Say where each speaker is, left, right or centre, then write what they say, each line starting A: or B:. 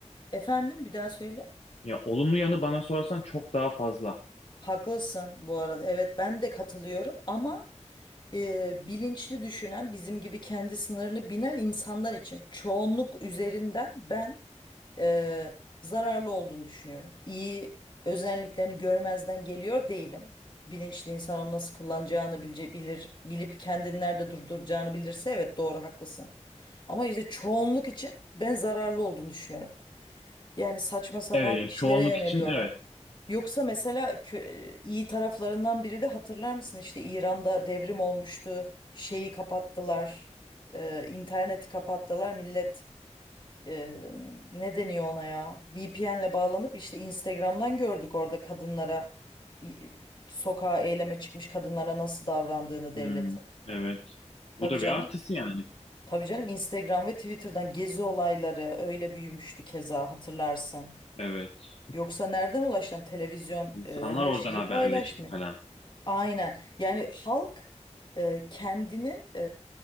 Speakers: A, on the left; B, on the left.
A: efendim bir daha söyle.
B: Ya olumlu yanı bana sorarsan çok daha fazla.
A: Haklısın bu arada. Evet ben de katılıyorum ama e, bilinçli düşünen bizim gibi kendi sınırlı bilen insanlar için çoğunluk üzerinden ben e, zararlı olduğunu düşünüyorum. İyi özelliklerini görmezden geliyor değilim. Bilinçli insan onu nasıl kullanacağını bilce, bilir, bilip kendini nerede durduracağını bilirse evet doğru haklısın. Ama işte çoğunluk için ben zararlı olduğunu düşünüyorum. Yani saçma sapan
B: Evet ya
A: işlere
B: çoğunluk
A: yöneliyorlar.
B: için evet.
A: Yoksa mesela kö- iyi taraflarından biri de hatırlar mısın işte İran'da devrim olmuştu. Şeyi kapattılar. E, interneti kapattılar. Millet e, ne deniyor ona ya? VPN'le bağlanıp işte Instagram'dan gördük orada kadınlara i- sokağa eyleme çıkmış kadınlara nasıl davrandığını
B: Hmm,
A: devletin.
B: evet.
A: Tabii
B: Bu da
A: canım.
B: bir artısı yani.
A: Tabii canım Instagram ve Twitter'dan gezi olayları öyle büyümüştü keza hatırlarsın.
B: Evet.
A: Yoksa nereden ulaşan televizyon
B: İnsanlar
A: e, her
B: oradan
A: şeyi
B: haberleşti
A: paylaşmıyor.
B: falan.
A: Aynen. Yani halk e, kendinin e,